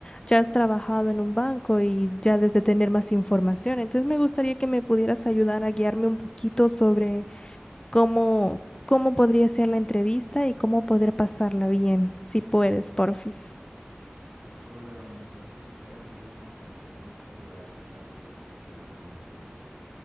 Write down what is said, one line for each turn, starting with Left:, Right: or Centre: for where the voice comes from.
Left: ya has trabajado en un banco y ya desde tener más información. Entonces me gustaría que me pudieras ayudar a guiarme un poquito sobre cómo, cómo podría ser la entrevista y cómo poder pasarla bien, si puedes, porfis.
Right: Hola Vanessa, sí, claro que sí, sí, me encantaría mucho ayudarte, sabes que estoy para lo que necesites.